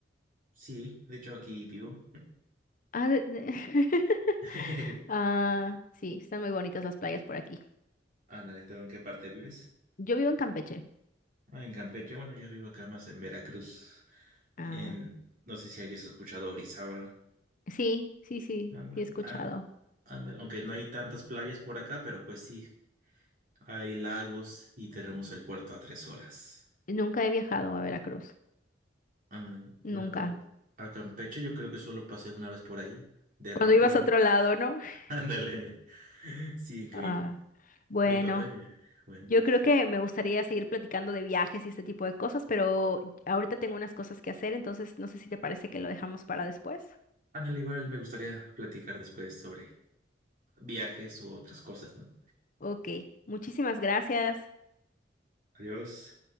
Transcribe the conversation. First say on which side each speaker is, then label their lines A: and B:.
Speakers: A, on the right; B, on the left.
A: Sí, de hecho aquí vivo.
B: Ah, de- de-
A: <laughs>
B: <laughs> Ah, sí, están muy bonitas las playas por aquí.
A: Ándale, ¿tú en qué parte vives?
B: Yo vivo en Campeche.
A: Ah, en Campeche, bueno, yo vivo acá más en Veracruz,
B: Ah,
A: en, no sé si hayas escuchado Orizaba.
B: sí, sí, sí,
A: Ándale,
B: sí he escuchado.
A: ándale, ándale. Aunque no hay tantas playas por acá, pero pues sí, hay lagos y tenemos el puerto a tres horas.
B: Nunca he viajado a Veracruz.
A: Ándale,
B: Nunca.
A: bueno, a, Cam- a Campeche yo creo que solo pasé una vez por ahí, de
B: Cuando
A: rápido.
B: ibas a otro lado, ¿no? <laughs>
A: <laughs> Ándale. Sí, que
B: Ah,
A: mi,
B: bueno,
A: mi papá y mi... Bueno,
B: yo creo que me gustaría seguir platicando de viajes y este tipo de cosas, pero ahorita tengo unas cosas que hacer, entonces no sé si te parece que lo dejamos para después.
A: ándale, igual me gustaría platicar después sobre viajes u otras cosas, ¿no?
B: Ok, muchísimas gracias.
A: Adiós.